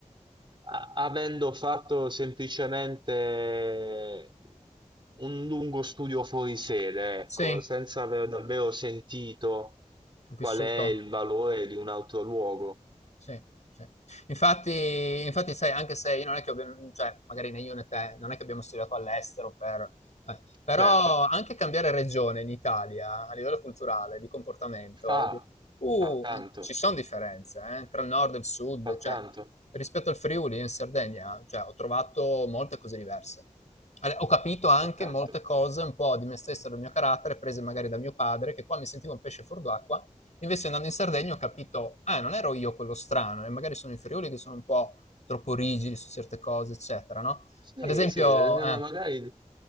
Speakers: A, on the right; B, on the left.
A: a- avendo fatto semplicemente un lungo studio fuori sede, ecco,
B: Sì,
A: senza aver davvero sentito
B: ho
A: qual
B: vissuto.
A: è il valore di un altro luogo.
B: Sì, sì. Infatti infatti sai, anche se io non è che abbia mhmm, cioè magari né io né te, non è che abbiamo studiato all'estero per eh, però
A: Certo,
B: anche cambiare regione in Italia, a livello culturale, di comportamento,
A: fa,
B: di uh,
A: fa tanto,
B: ma ci son differenze, eh, tra il nord e il sud,
A: fa
B: cioè
A: tanto,
B: rispetto al Friuli in Sardegna, cioè ho trovato molte cose diverse. Ale ho capito anche
A: fa tanto.
B: molte cose un po' di me stesso e del mio carattere prese magari da mio padre, che qua mi sentivo un pesce fuor d'acqua, Invece andando in Sardegna ho capito, ah, non ero io quello strano, e magari sono i friuli che sono un po' troppo rigidi su certe cose, eccetera, no?
A: Sì,
B: Ad esempio,
A: sì, eh,
B: eh,
A: ma magari...